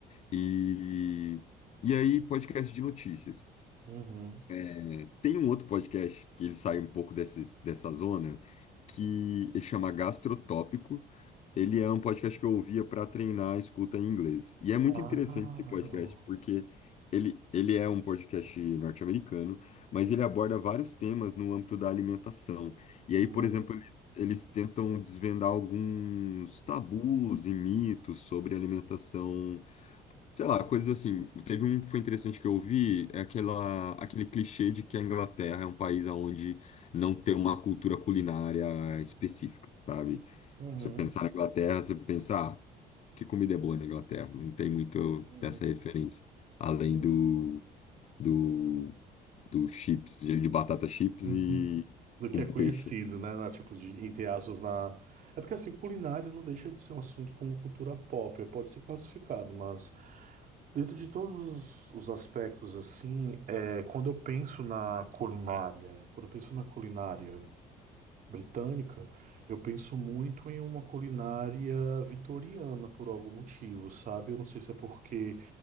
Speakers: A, on the left; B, on the right.
A: E, e aí, podcast de notícias.
B: Uhum.
A: É, tem um outro podcast que ele sai um pouco desses, dessa zona, que ele chama Gastrotópico. Ele é um podcast que eu ouvia para treinar a escuta em inglês. E é muito
B: Ah,
A: interessante esse podcast,
B: não.
A: porque ele, ele é um podcast norte-americano, mas ele aborda vários temas no âmbito da alimentação. E aí,
B: Uhum.
A: por exemplo, ele- eles tentam desvendar alguns tabus e mitos sobre alimentação sei lá, coisas assim. Teve um que foi interessante que eu ouvi, é aquela, aquele clichê de que a Inglaterra é um país onde não tem uma cultura culinária específica, sabe? Tipo,
B: Uhum.
A: Você pensar na Inglaterra, você pensar, ah, que comida é boa na Inglaterra? Não tem muito
B: Uhum.
A: dessa referência, além
B: Uhum.
A: do, do, do chips, de batata chips
B: <laughs>
A: e
B: do que
A: com
B: é conhecido,
A: peixe.
B: né? Na, tipo, de, entre aspas, na. É porque assim, culinária não deixa de ser um assunto como cultura pop, é, pode ser classificado, mas dentro de todos os os aspectos, assim, é, quando eu penso na culinária, quando eu penso na culinária britânica, eu penso muito em uma culinária vitoriana por algum motivo, sabe? Eu não sei se é porque